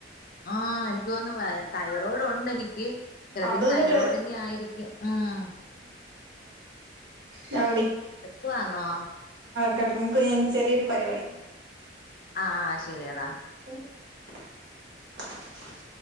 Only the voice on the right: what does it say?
അതൊന്നിട്ട്
ഞാൻ
കേട്ട നമുക്ക് എനി <unintelligible> ചെറിയൊരു പരിപാടി
<inaudible>